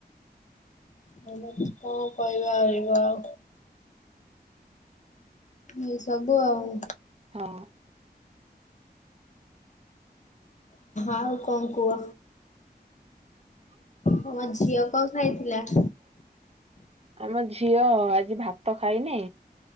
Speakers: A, on the left; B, on the right.
A: କଣ କହିବା ଏବେ ଆଉ। ଏଇ ସବୁ ଆଉ।
B: ହଁ।
A: ଆଉ କଣ କୁହ? ତମ ଝିଅ କଣ ଖାଇଥିଲା?
B: ଆମ ଝିଅ ଆଜି ଭାତ ଖାଇନି।